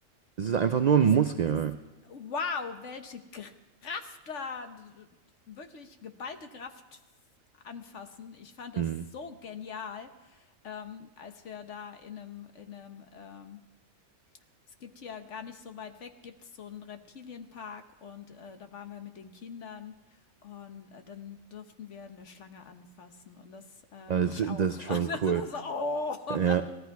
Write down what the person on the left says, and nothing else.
Es,
es, wow, welche Kraft da, wirklich geballte Kraft anfassen. Ich fand
das so genial, ähm, als wir da in einem, in einem ähm, es gibt hier gar nicht so weit weg, gibt es so einen Reptilienpark und äh, da waren wir mit den Kindern und äh, dann durften wir eine Schlange anfassen und das, äh,
ich
auch.
<laughs>
Und das
war so, oh.